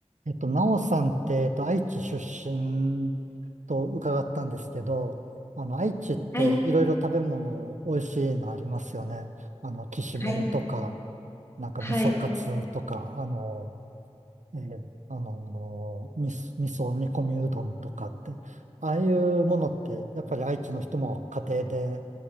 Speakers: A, on the right; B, on the left.
A: えっと、なおさんって、えっと、愛知出身と伺ったんですけど、あの、愛知っていろいろ食べ物美味しいのありますよね。
B: はい、
A: あの、きしめんとか、
B: はい、
A: なんか味噌カツとか、
B: はい。
A: あの、えーあのー、み味噌煮込みうどんとかって、ああいうものって、やっぱり愛知の人も家庭で